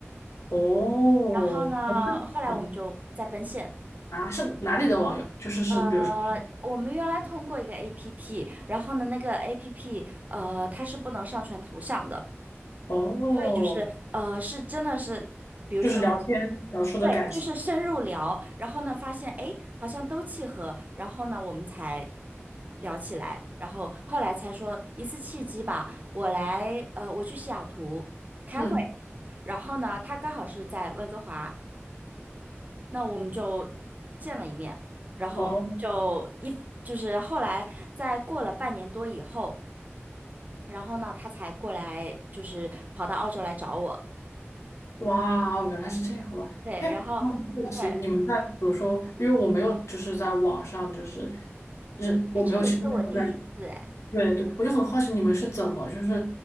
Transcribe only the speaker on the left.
哦，
嗯啊，是哪里的网友？就是是，
比如说，
哦，
就是聊天聊出的感情。
嗯，
哦，
哇哦，原来是这样，好吧？
哎，
我很好奇，
你们在比如说，因为我没有就是在网上就是认，
我没有，
其实没有在，对对，我就很好奇你们是怎么就是，